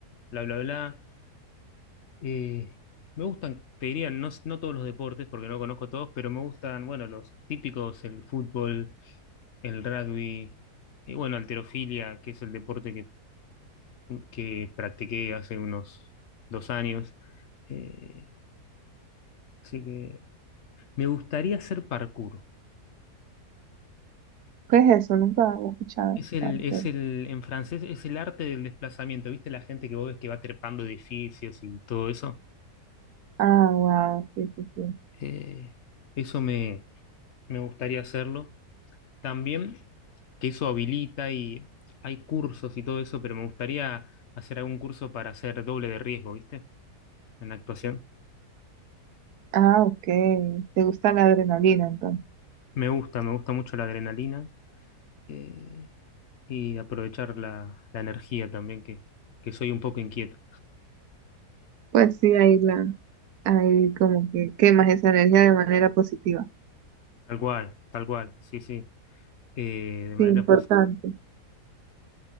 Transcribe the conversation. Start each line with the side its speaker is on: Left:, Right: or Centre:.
Left: bla, bla, bla. Eh, me gustan, te diría, no, no todos los deportes, porque no conozco todos, pero me gustan, bueno, los típicos, el fútbol, el rugby, y bueno, halterofilia, que es el deporte que, que practiqué hace unos dos años. Eh, así que me gustaría hacer parkour.
Right: ¿Qué es eso? Nunca lo he escuchado.
Left: Es el,
Right: parece.
Left: es el, en francés, es el arte del desplazamiento. ¿Viste la gente que vos ves que va trepando edificios y todo eso?
Right: Ah, wow, sí, sí, sí.
Left: Eh, eso me, me gustaría hacerlo. también, que eso habilita y hay cursos y todo eso, pero me gustaría hacer algún curso para hacer doble de riesgo, ¿viste? En la actuación.
Right: Ah, ok. ¿Te gusta la adrenalina entonces?
Left: Me gusta, me gusta mucho la adrenalina eh, y aprovechar la, la energía también, que, que soy un poco inquieto.
Right: Pues sí, ahí la, ahí como que quemas esa energía de manera positiva.
Left: Tal cual, tal cual, sí, sí. Eh, de manera
Right: Sí, importante.
Left: positiva.